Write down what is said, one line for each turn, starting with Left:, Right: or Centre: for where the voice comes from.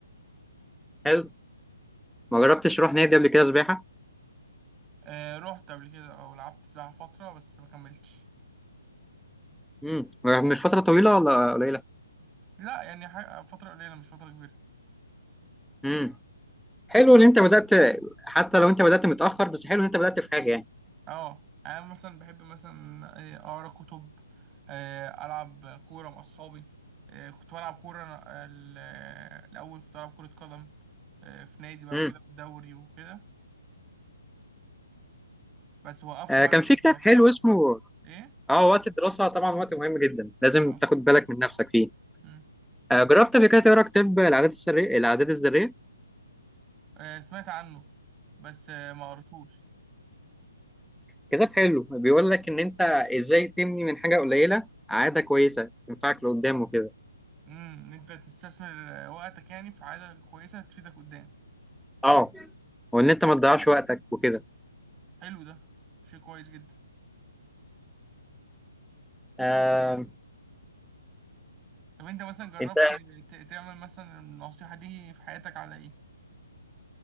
Centre: حلو ما جربتش اروح نادي قبل كده سباحه
Right: آه رحت قبل كده او لعبت سباحه فتره بس ما كملتش
Centre: امم مش فتره طويله ولا قليله
Right: لا يعني حاجة فتره قليله مش فتره كبيره
Centre: امم حلو ان انت بدات حتى لو انت بدات متاخر بس حلو ان انت بدات في حاجه يعني
Right: اه انا مثلا بحب مثلا آه، اقرا كتب آه، العب كوره مع اصحابي آه، كنت بلعب كوره أنا- آه، ال- آه، الاول كنت بلعب كره قدم آه، في نادي بقى
Centre: امم
Right: وكده بالدوري وكده بس وقفت
Centre: آه
Right: بقى
Centre: كان
Right: عشان
Centre: في
Right: الدراسه
Centre: كتاب حلو اسمه
Right: ايه
Centre: اه وقت الدراسه طبعا وقت مهم جدا لازم
Right: اه
Centre: تاخد بالك من نفسك فيه
Right: مم.
Centre: آه جربت قبل كده تقرا كتاب العادات السرية العادات الذريه
Right: آه، سمعت عنه بس آه، ما قريتوش
Centre: كتاب حلو بيقول لك ان انت ازاي تبني من حاجه قليله عاده كويسه تنفعك لقدام وكده
Right: امم ان انت تستثمر آه، وقتك يعني في حاجه كويسه تفيدك قدام
Centre: اه وان انت ما تضيعش وقتك وكده
Right: حلو ده شيء كويس جدا
Centre: آه،
Right: طب انت مثلا جربت
Centre: انت
Right: ت- تعمل مثلا النصيحه دي في حياتك على ايه